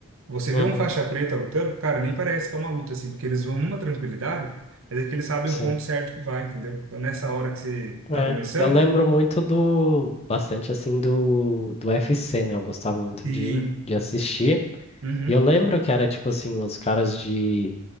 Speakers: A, on the right; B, on the left.
A: Você
B: Uhum.
A: vê um faixa preta lutando, cara, nem parece que é uma luta assim, porque eles vão numa tranquilidade, mas é que eles sabem
B: Sim.
A: o ponto certo que vai, entendeu? Então, nessa hora que você
B: É,
A: tá começando,
B: eu lembro muito do, bastante assim do, do UFC, né? Eu gostava muito
A: sim,
B: de, de assistir.
A: uhum,
B: E eu lembro que era tipo assim, os caras de,